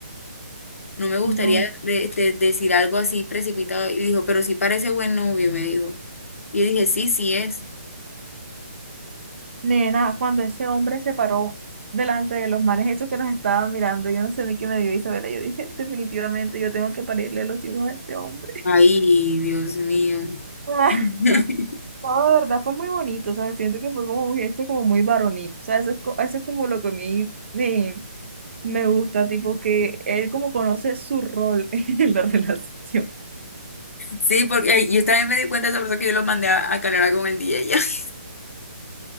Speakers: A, on the left; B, on the right.
A: no me gustaría
B: No,
A: de- de- decir algo así precipitado. Y dijo, pero sí parece buen novio, me dijo. Y yo dije, sí, sí es.
B: nena, cuando ese hombre se paró delante de los manes, esos que nos estaban mirando, yo no sé ni qué me dio Isabela, yo dije, <laughs> definitivamente yo tengo que parirle los hijos a este hombre.
A: Ay, Dios mío.
B: <laughs>
A: <laughs>
B: No, de verdad fue muy bonito, o sea, siento que fue como un gesto como muy varonil, o sea, eso es, co- eso es como lo que a mí me, Me gusta, tipo, que él como conoce su rol <laughs> en la relación.
A: Sí, porque ay, yo también me di cuenta de esa persona que yo lo mandé a, a calar con el DJ. <laughs>